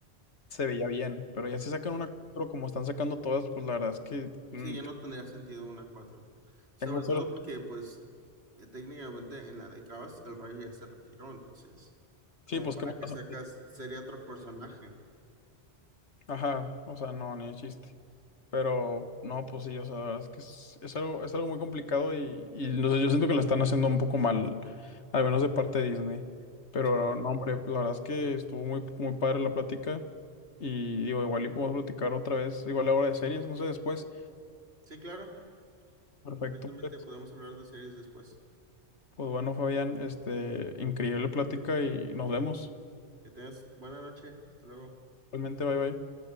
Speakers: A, on the left (about 80°); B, on the right (about 65°).
A: se veía bien, pero ya si sacan una 4 como están sacando todas, pues la verdad es que mm,
B: Sí, ya no
A: te-
B: tendría sentido una cuatro Sobre
A: tengo cero.
B: todo porque, pues, eh, técnicamente en la de Chaos el rayo ya se retiró, entonces, como
A: Sí, pues
B: para
A: qué más
B: que
A: pasa.
B: sacas, sería otro personaje.
A: Ajá, o sea, no, ni de chiste. Pero no, pues sí, o sea, la verdad es que es, es algo, es algo muy complicado y, y no sé, yo siento que la están haciendo un poco mal, al menos de parte de Disney. Pero
B: Sí,
A: no, hombre, pues, la verdad es que estuvo muy, muy padre la plática. Y digo, igual y podemos platicar otra vez, igual ahora de series, no sé, después.
B: sí, claro,
A: Perfecto,
B: completamente
A: pues.
B: podemos hablar de series después.
A: Pues bueno, Fabián, este, increíble plática y nos vemos.
B: Que tengas buena noche, hasta luego.
A: Realmente, bye bye.